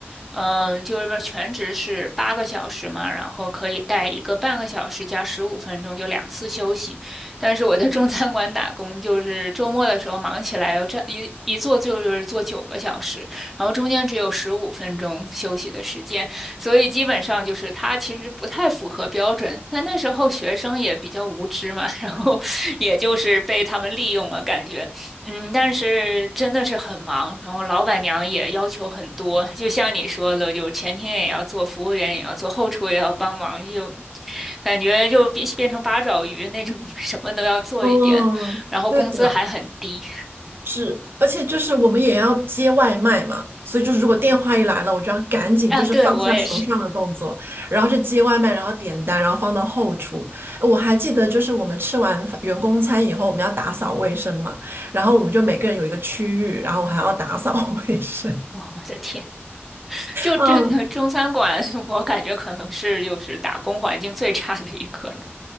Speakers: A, in the centre; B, on the right (about 60°).
A: 嗯、就是全职是八个小时嘛，然后可以带一个半个小时加十五分钟，就两次休息。但是我在中餐馆打工，就是周末的时候忙起来，我这一一坐就是坐九个小时，然后中间只有十五分钟休息的时间。所以基本上就是他其实不太符合标准。但那时候学生也比较无知嘛，<laughs> 然后也就是被他们利用了，感觉嗯，但是真的是很忙，然后老板娘也要求很多，就像你说的，就前厅也要做，服务员也要做，后厨也要帮忙，就感觉就变变成八爪鱼那种，<laughs> 什么都要做一点，
B: 哦，
A: 然后工资还很低。
B: 对的，是，而且就是我们也要接外卖嘛，所以就是如果电话一来了，
A: 嗯，
B: 我就要赶紧就是放下手上的动作，
A: 啊，对，我也是。
B: 然后去接外卖，然后点单，然后放到后厨。我还记得就是我们吃完饭员工餐以后，我们要打扫卫生嘛，然后我们就每个人有一个区域，然后我还要打扫 <laughs> 卫生。
A: 哦，我的天。就真的中餐馆，
B: 嗯
A: <laughs> 我感觉可能是又是打工环境最差的一个了。